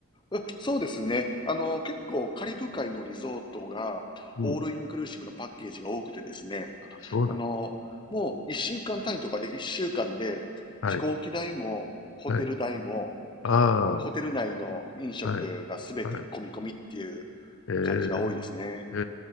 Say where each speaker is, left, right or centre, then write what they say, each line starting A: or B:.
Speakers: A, on the left; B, on the left.
A: うんそうですね。あの、結構カリブ海のリゾートがオールインクルーシブのパッケージが多くてですね。
B: うん。あ、そうなんだ。
A: あの、もう一週間単位とかで一週間で飛行機代もホテル代も
B: はい、はい。ああ、
A: あのホテル内の飲食がすべて込み込みっていう
B: はい、はい。ええ、
A: 感じが多いですね。
B: え